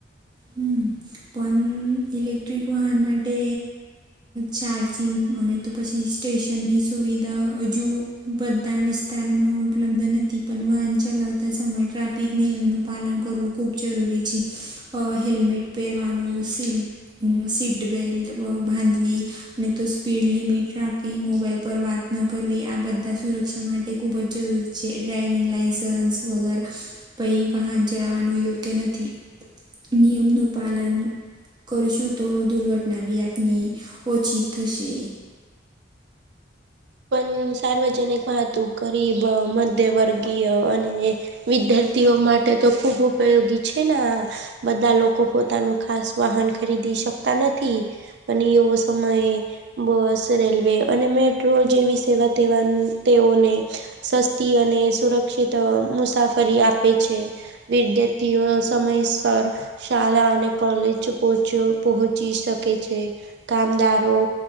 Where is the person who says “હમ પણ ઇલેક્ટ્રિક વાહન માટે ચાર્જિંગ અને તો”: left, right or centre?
Right